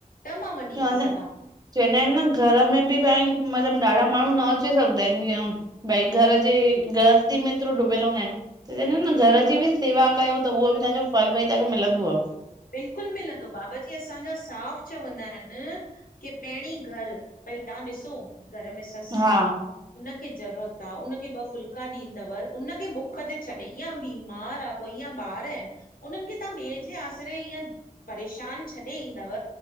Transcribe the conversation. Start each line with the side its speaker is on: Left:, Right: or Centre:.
Left: त मां वञी
Right: चवंदा
Left: ती सघां।
Right: आहिन चवंदा आयन न घर में ॿि भ मतलब ॾाढा माणू न अची सघंदा आयन जीअं भई घर जे गहस्ती में हेतरो डुबयल हूंदा आयन। त चंयदा अन घर ॼी ॿि सेवा कयो त उहो ॿि तांजो फल भई ताखे मिलंदव।
Left: बिल्कुल मिलंदो बाबा ॼी असांजा साफ़ चवंदा आयन। के पैंरीं घर भई तां ॾिसो घर में सस
Right: हा
Left: आ। हुनखे ज़रूरत आ हुनखे ॿ फुल्का ॾींदव उनखे बुख ते छ्ॾे या बीमार आ। ॿार आयन उनन खे तां ॿे जे आस सॼे इयं परेशान छॾे ईंदव